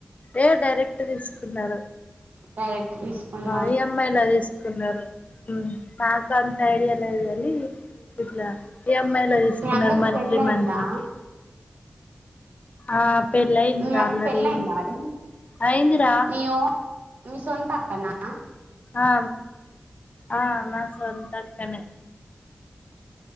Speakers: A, on the left; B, on the right.
A: ఏ డైరెక్ట్ తీసుకున్నారు
B: డైరెక్ట్ తీసుకుందా
A: ఆ ఈ ఏం ఐ లా తీసుకు కున్నారు నాకు అంత ఐడియా లేదు కానీ ఇట్లా ఈఎంఐలో తీసుకున్నారు
B: మీ అక్కకు
A: మంత్లీ
B: పెళ్ళి అయిందా
A: మంత్లీకి ఆ పెళ్లి అయిందీరా
B: మీ అక్క
A: ఆల్రెడీ
B: పెళ్ళి అయిందా మరి
A: అయిందిరా
B: మీ ఓన్ మీ సొంత అక్కనా
A: ఆ ఆ మా సొంత అక్కనే